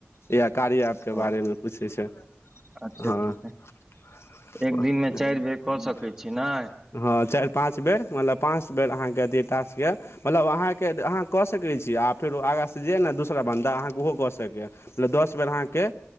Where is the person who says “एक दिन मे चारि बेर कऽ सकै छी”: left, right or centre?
Right